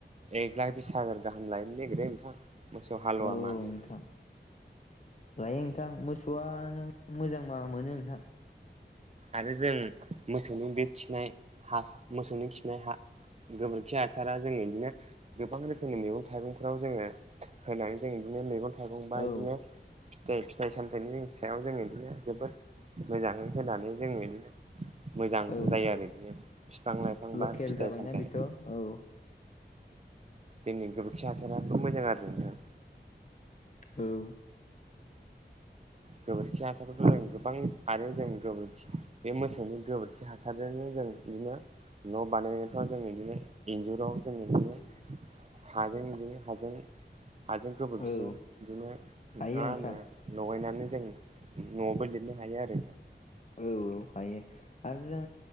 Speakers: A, on the right (about 35°); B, on the left (about 40°).
A: एक लाख बिस हाजार गाहाम लानो नागिरो नोंथां मोसौ हालुवा
B: औ
A: मानै
B: औ नोंथां लायो नोंथां मोसौआ नों मोजांबा मोनो नोंथां
A: आरो जों मोसौनि बे खिनाय हा मोसौनि खिनाय हा गोबोरखि हासारा जोङो बिदिनो गोबां रोखोमनि मैगं थाइगंफ्राव जोङो होनानै जों बिदिनो मैगं थाइगं बा
B: औ
A: बिदिनो जाय फिथाइ सामथाइनि सायाव जोङो बिदिनो जोबोद मोजाङै होनानै जोङो बिदिनो मोजां
B: औ
A: जायो आरो बिफां लाइफां
B: लकेल
A: बा फिथाइ
B: जाबायना
A: सामथाइ
B: बेथ' औ औ
A: जोंनि गोबोरखि हासाराबो मोजां आरो नोंथां
B: औ
A: गोबोरखि हासारखौथ' जों गोबां आरो जों गोबोरखि बे मोसौनि गोबोरखि हासारजोंनो जों बिदिनो न' बानायनायफ्राव जों बिदिनो इन्जुराव जों बिदिनो हाजों बिदि हाजों हाजों गोबोरखिजों
B: औ
A: बिदिनो
B: हायो
A: मा
B: नोंथां
A: होनो लगायनानै जों न'आवबो लिरनो हायो आरो
B: औ औ हायो आरो जों